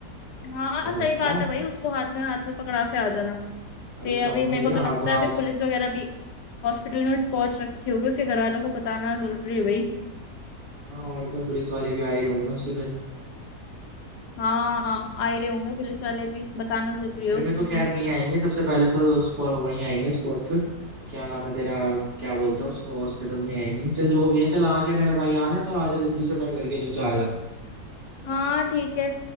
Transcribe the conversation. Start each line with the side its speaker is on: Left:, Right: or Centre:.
Left: हाँ
Right: डर
Left: सही
Right: लगता
Left: बात
Right: है
Left: है भाई उसको हाथ में हाथ में पकड़ा के आ जाना फिर
Right: अभी जाऊंगा
Left: अभी मेरे
Right: भैया
Left: को तो
Right: हाथों
Left: लगता है
Right: हाथ
Left: अभी पुलिस वगैरह भी हॉस्पिटल में पहुंच रखी होगी उसके घर वालों को बताना जरूरी है भाई
Right: हाँ और तो पुलिस वाले भी आ ही होंगे उसके घर में
Left: हाँ आ ही रहे होंगे पुलिस वाले भी बताना जरूरी है
Right: घर
Left: उसको
Right: में तो खैर
Left: भी
Right: नहीं आएंगे सबसे पहले तो स्पॉट वहीं आएंगे स्पॉट पे तो क्या नाम है तेरा क्या बोलते हैं उसको हॉस्पिटल में आएंगे चल जो भी है चल आ गया मेरा भाई आना है तो आजा जल्दी से मेरे घर के नीचे आ जा
Left: हाँ ठीक है